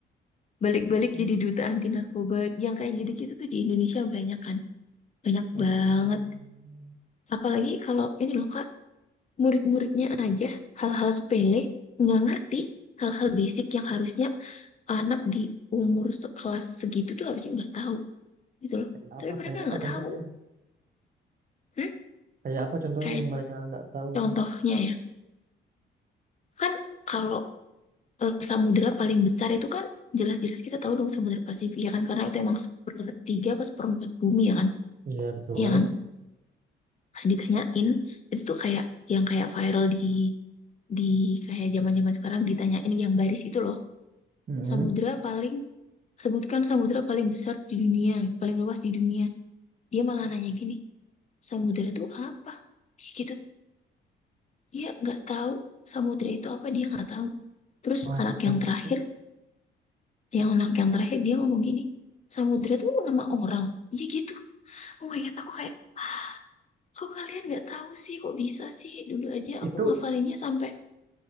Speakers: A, on the left; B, on the right.
A: balik-balik
B: Ya
A: jadi
B: Tuhan,
A: duta anti narkoba yang kayak gitu-gitu tuh di Indonesia banyak kan banyak
B: banyak
A: banget
B: banget.
A: apalagi kalau ini loh kak murid-muridnya aja hal-hal sepele nggak ngerti hal-hal basic yang harusnya anak di umur sekelas segitu tuh harusnya udah tahu gitu loh
B: Kayak apa?
A: tapi mereka
B: Kayak apa
A: nggak
B: contohnya?
A: tahu hmm?
B: Kayak apa contohnya
A: kayak
B: yang mereka nggak tahu
A: contohnya
B: tuh?
A: ya kan kalau eh, samudera paling besar itu kan jelas-jelas kita tahu dong samudera Pasifik ya kan karena itu emang sepertiga apa seperempat bumi ya kan
B: Iya betul.
A: ya kan pas ditanyain itu tuh kayak yang kayak viral di di kayak zaman-zaman sekarang ditanyain yang baris itu loh
B: Mm-mm.
A: samudera paling Sebutkan samudra paling besar di dunia, paling luas di dunia. Dia malah nanya gini, samudra itu apa? Gitu. Dia nggak tahu samudra itu apa, dia nggak tahu. Terus
B: Waduh
A: anak
B: parah
A: yang terakhir,
B: sih.
A: yang anak yang terakhir dia ngomong gini, samudra itu nama orang. Iya gitu. Oh my God, aku kayak, "Ah, kok kalian nggak tahu sih, kok bisa sih? Dulu aja
B: Itu
A: aku ngafalinnya sampai